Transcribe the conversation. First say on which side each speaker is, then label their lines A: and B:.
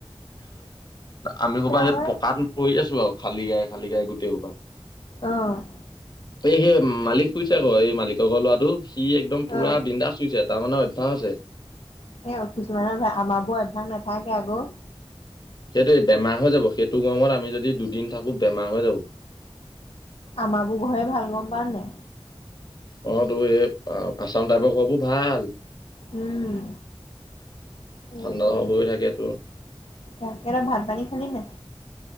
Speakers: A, on the left; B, on the left.
A: আমি ক'বাত
B: ধাবা
A: সেই পকটো পৰি আছো আৰু। খালী গায় - খালী গায় গোটেই সোবা
B: অহ ',
A: এই সেই মালিক শুইছে আকৌ এই মালিকৰ ঘৰ লৰাটো সি একদম
B: অ',
A: পুৰা বিন্দা চুইছে। তাৰমানে অভ্যয়াস আছে।
B: এ অ, কিছুমানৰ ভ আমাৰাবোৰ এমথাক নাথাকে আকৌ।
A: সেইটো বেমাৰ হৈ যাব সেইটো গৰমত আমি যদি দুদিন থাকো বেমাৰ হৈ যাব।
B: আমাবোৰ ঘয়ে ভাল গম পা নে
A: অ, তোৰ এই আছাম টাইপৰ কবোৰ ভাল।
B: উম, সেইটোৱে
A: ঠাণ্ডা হৈ থাকে তোৰ।
B: তাকে ভাত পানী খালি নে।